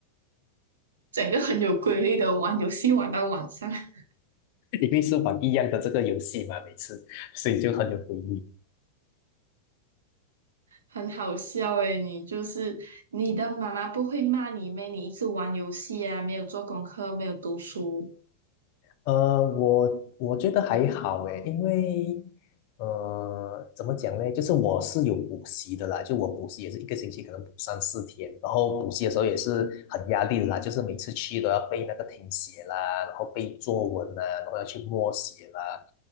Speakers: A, on the right; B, on the left.
A: 整个很有规律的玩游戏玩到晚上，<laughs>
B: 因为是玩一样的这个游戏嘛，每次，所以就很有回忆。
A: 很好笑诶。你就是你的妈妈不会骂你咩？你一直玩游戏啊，没有做功课，没有读书，
B: 呃，我我觉得还好诶，因为呃，怎么讲呢？就是我是有补习的啦，就我补习也是一个星期可能补三四天，然后补习的时候也是很压力的啦，就是每次去都要背那个听写啦，然后背作文啦，然后要去默写啦。